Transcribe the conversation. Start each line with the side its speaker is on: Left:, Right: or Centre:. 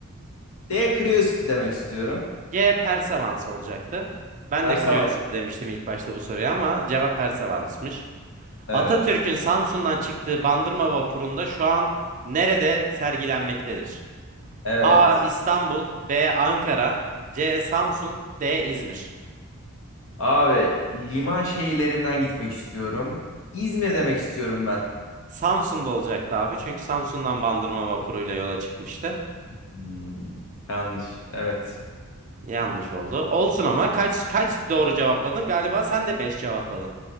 Left: D. Curiosity demek istiyorum.
Right: C. Perseverance olacaktı. Ben
Left: Ersamam.
Right: de Curiosity demiştim ilk başta bu soruya ama cevap Perseverance'mış.
Left: Evet.
Right: Atatürk'ün Samsun'dan çıktığı Bandırma vapurunda şu an nerede sergilenmektedir?
Left: Evet.
Right: A. İstanbul B. Ankara C. Samsun D. İzmir
Left: Abi liman şehirlerinden gitmek istiyorum. İzmir demek istiyorum ben.
Right: Samsun'da olacaktı abi. Çünkü Samsun'dan Bandırma vapuruyla yola çıkmıştı.
Left: Hmm, yanlış. Evet.
Right: Yanlış oldu. Olsun ama kaç kaç doğru cevapladın? Galiba sen de 5 cevapladın.